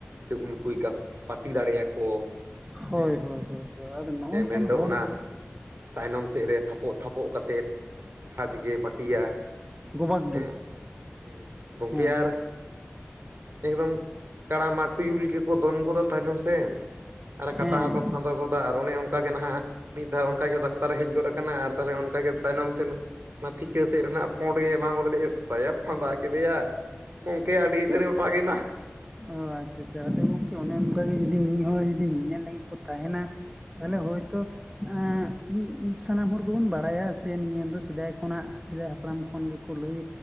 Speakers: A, on the right; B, on the right.
A: ᱥᱮ ᱩᱱᱠᱩᱭ ᱜᱟᱯ ᱯᱟᱴᱤ ᱫᱟᱲᱮᱭᱟ ᱠᱚ
B: ᱦᱳᱭ
A: ᱦᱮᱸ
B: ᱦᱳᱭ ᱦᱳᱭ ᱦᱳᱭ ᱟᱫᱚ ᱱᱚᱜᱼᱚ
A: ᱦᱮᱸ
B: ᱱᱚᱝᱠᱟᱱ
A: ᱢᱮᱱ ᱫᱚ
B: ᱦᱚᱲ
A: ᱚᱱᱟ
B: ᱡᱩᱫᱤ
A: ᱛᱟᱭᱱᱚᱢ ᱥᱮᱫ ᱨᱮ ᱛᱷᱟᱯᱚᱜ ᱛᱷᱟᱯᱚᱜ ᱠᱟᱛᱮᱫ ᱠᱷᱟᱪ ᱜᱮ ᱯᱟᱹᱴᱤᱭᱟ᱾
B: ᱜᱚᱵᱟᱜ
A: ᱦᱮᱸ
B: ᱜᱮ
A: ᱦᱮᱸ ᱜᱚᱝᱠᱮ
B: ᱦᱮᱸ
A: ᱟᱨ ᱮᱠᱫᱚᱢ ᱠᱟᱲᱟ ᱢᱟ ᱴᱩᱭᱩᱞ ᱜᱮᱠᱚ ᱫᱚᱱ ᱜᱚᱫᱟ ᱛᱟᱭᱱᱚᱢ ᱥᱮᱱ ᱟᱨ
B: ᱦᱮᱸ
A: ᱠᱟᱴᱟ ᱦᱚᱸᱠᱚ ᱯᱷᱟᱸᱫᱚ ᱜᱚᱫᱟ ᱟᱨ ᱚᱱᱮ ᱚᱱᱠᱟᱜᱮ ᱱᱟᱦᱟᱜ ᱢᱤᱫ ᱫᱷᱟᱣ ᱚᱱᱠᱟᱜᱮ ᱰᱟᱠᱛᱟᱨᱮ ᱦᱮᱡ ᱜᱚᱫ ᱟᱠᱟᱱᱟ ᱟᱨ ᱛᱟᱦᱚᱞᱮ ᱚᱱᱠᱮ ᱛᱟᱭᱱᱚᱢ ᱥᱮᱱ ᱚᱱᱟ ᱯᱷᱤᱪᱟᱹ ᱥᱮᱫ ᱨᱮ ᱯᱳᱸᱰ ᱜᱮᱭ ᱮᱢᱟ ᱜᱚᱫ ᱞᱮᱫᱮᱭᱟ ᱮᱥᱟ ᱭᱟ ᱯᱷᱟᱸᱫᱟ ᱠᱮᱫᱮᱭᱟ ᱜᱚᱢᱠᱮ ᱟᱹᱰᱤ ᱡᱷᱟᱹᱞ ᱮ ᱚᱴᱟᱜ ᱮᱱᱟ ᱾
B: ᱚ ᱟᱪᱪᱷᱟ ᱟᱪᱪᱷᱟ ᱟᱫᱚ ᱜᱚᱝᱠᱮ ᱚᱱᱮ ᱚᱱᱠᱟᱜ ᱜᱮ ᱡᱩᱫᱤ ᱢᱤᱫ ᱦᱚᱲ ᱡᱩᱫᱤ ᱧᱮᱞ ᱞᱟᱹᱜᱤᱫ ᱠᱚ ᱛᱟᱦᱮᱱᱟ ᱛᱟᱦᱚᱞᱮ ᱦᱚᱭᱛᱳ ᱮᱸᱜ ᱥᱟᱱᱟᱢ ᱦᱚᱲ ᱜᱮᱵᱩᱱ ᱵᱟᱲᱟᱭᱟ ᱥᱮ ᱱᱤᱭᱟᱹ ᱫᱚ ᱥᱮᱫᱟᱭ ᱠᱷᱚᱱᱟᱜ ᱥᱮᱫᱟᱭ ᱦᱟᱯᱲᱟᱢ ᱠᱷᱚᱱ ᱜᱮ ᱞᱟᱹᱭ